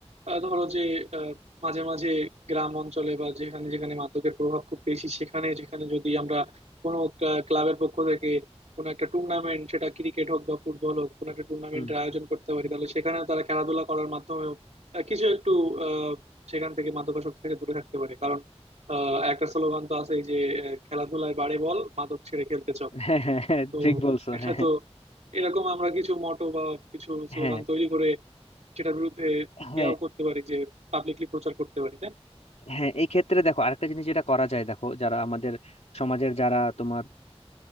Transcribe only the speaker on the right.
আহ, ধরো যে আহ, মাঝে মাঝে গ্রাম অঞ্চলে বা যেখানে যেখানে মাদকের প্রভাব খুব বেশি সেখানে যেখানে যদি আমরা কোনো ক্লাবের পক্ষ থেকে কোনো একটা টুর্নামেন্ট সেটা ক্রিকেট হোক বা ফুটবল হোক কোনো একটা টুর্নামেন্টের
আয়োজন করতে পারি তাহলে সেখানেও তারা খেলাধুলা করার মাধ্যমেও আহ, কিছু একটু আহ, সেখান থেকে মাদকাসক্তি থেকে দূরে থাকতে পারে কারণ আহ, একটা স্লোগান তো আছেই যে আহ, খেলাধুলায় বাড়ে বল মাদক ছেড়ে খেলতে চল
তো
এটা
তো এরকম আমরা কিছু মোটো বা কিছু স্লোগান
তৈরি করে সেটার বিরুদ্ধে
ইয়াও করতে পারি যে পাবলিকলি প্রচার করতে পারি তাই না?